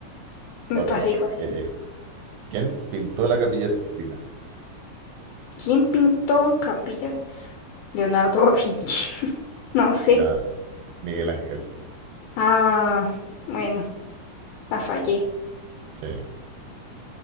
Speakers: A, on the left (about 80°); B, on the right (about 80°).
A: me
B: otra.
A: pasa igual.
B: Eh,
A: sí.
B: eh, ¿quién pintó la Capilla Sixtina?
A: ¿Quién pintó Capilla? Leonardo da Vinci. <laughs> No sé.
B: Nada, Miguel Ángel.
A: Ah, bueno, la fallé.
B: Sí,